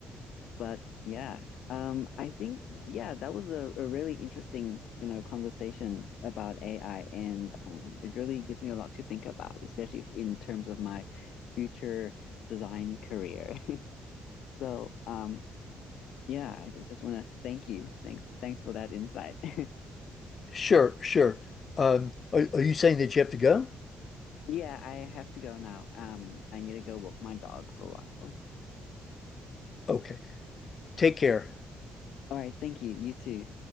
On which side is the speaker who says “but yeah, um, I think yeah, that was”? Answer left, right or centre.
Left